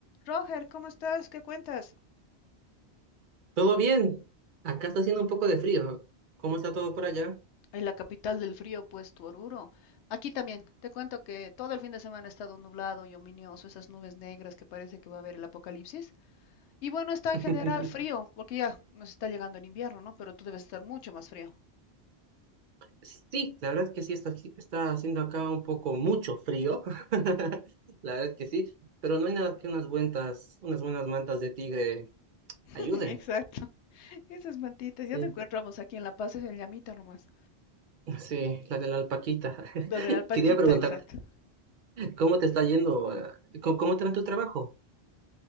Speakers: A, on the left; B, on the right.
A: Roger, ¿cómo estás? ¿Qué cuentas?
B: Todo bien. Acá está haciendo un poco de frío. ¿Cómo está todo por allá?
A: En la capital del frío, pues, tu Oruro. Aquí también. Te cuento que todo el fin de semana ha estado nublado y ominioso, esas nubes negras que parece que va a haber el apocalipsis. Y bueno, está en
B: <laughs>
A: general frío, porque ya nos está llegando el invierno, ¿no? Pero tú debes estar mucho más frío.
B: Sí, la verdad es que sí, está, aquí- está haciendo acá un poco mucho frío. <laughs> La verdad es que sí, pero no hay nada que unas buenas, unas buenas mantas de tigre
A: <laughs>
B: ayuden.
A: Exacto. Esas mantitas, ya
B: Sí,
A: te encontramos aquí en La Paz, es en Llamita nomás.
B: sí, la de la alpaquita. <laughs>
A: Lo de la alpaquita,
B: Quería preguntarte,
A: exacto.
B: ¿cómo te está yendo? eh, ¿Cómo, cómo te va en tu trabajo?